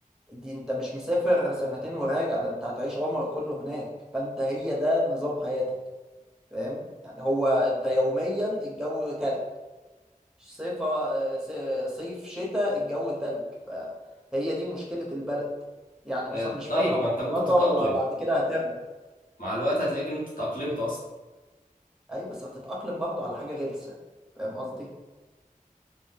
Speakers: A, in the centre; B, on the left.
A: دي انت مش مسافر سنتين وراجع ده انت هتعيش عمرك كله هناك فانت هي ده نظام حياتك فاهم يعني هو انت يوميا الجو تلج صيف صيف شتاء الجو تلج فهي دي مشكلة البلد يعني مثلا
B: آه،
A: مش
B: طيب
A: فترة مؤقتة
B: ما انت ممكن تتأقلم
A: وبعد كده هترجع
B: مع الوقت هتلاقي ان انت اتأقلمت اصلا
A: ايوه بس هتتأقلم برضه على حاجة غلسة فاهم قصدي